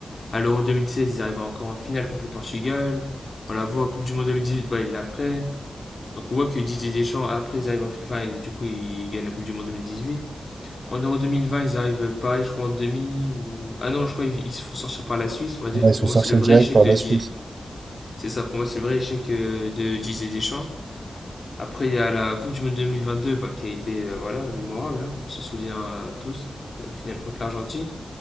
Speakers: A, on the left (about 45°); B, on the right (about 50°).
A: À l'Euro 2016, ils arrivent encore en finale contre le Portugal. On la voit à Coupe du Monde 2018, bah, ils la prennent. Donc on voit que Didier Deschamps, après, ils arrivent en finale, enfin, ils- du coup, ils gagnent la Coupe du Monde 2018. En Euro 2020, ils arrivent euh, pareil, je crois, en demi. Ou... Ah non, je crois qu'ils ils se font sortir par la Suisse, on va dire.
B: Ouais, ils sont
A: Pour
B: sortis
A: moi, c'est le vrai
B: direct
A: échec
B: par
A: de,
B: la
A: Di-
B: Suisse.
A: c'est ça, pour moi, c'est le vrai échec euh, de Didier Deschamps. Après, il y a la Coupe du Monde 2022 bah, qui a été euh, voilà, mémorable, hein. on s'en souvient euh, tous, la finale contre l'Argentine.